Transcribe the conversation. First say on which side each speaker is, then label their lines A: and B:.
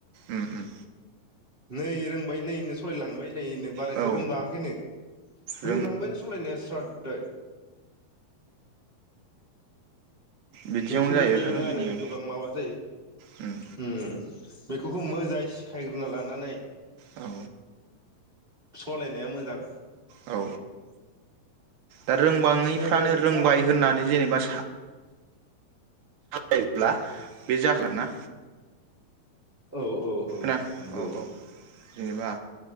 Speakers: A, on the right; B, on the right.
A: उम उम
B: नै रोंबाय नैनो सालायलांबाय नो बारायसे
A: औ
B: रोंबाखैनो होलांबायानो
A: रोंबां
B: सालायनाया स्राद
A: बिदियावनो
B: बेफोरबायदियावनो
A: जायो जोंनियाव
B: आरो गोबां माबा जायो।
A: उम
B: बेफोरखौ मोजाङै सिखायग्रोना लानानै
A: औ
B: सलायनाया मोजां!
A: औ दा रोंबाङैफ्रानो
B: जोङो
A: रोंबाय
B: गा
A: होननानै जेनेबा ब्ला बे जाखोना
B: औ। औ औ
A: ना
B: नंगौ
A: औ औ। जेनेबा